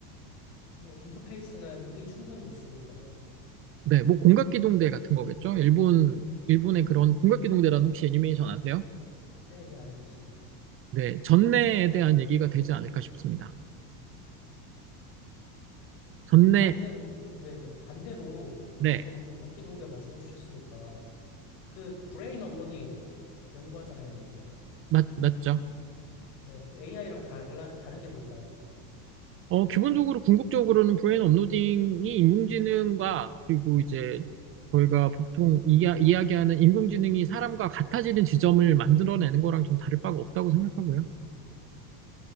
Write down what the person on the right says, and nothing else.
네, 뭐 공각기동대 같은 거겠죠? 일본, 일본의 그런 공각기동대라는 혹시 애니메이션 아세요?
네, 전내에 대한 얘기가 되지 않을까 싶습니다. 전내,
네,
맞, 맞죠?
어, 기본적으로 궁극적으로는 브레인 업로딩이 인공지능과 그리고 이제 저희가 보통 이야, 이야기하는 인공지능이 사람과 같아지는 지점을 만들어내는 거랑 전 다를 바가 없다고 생각하고요.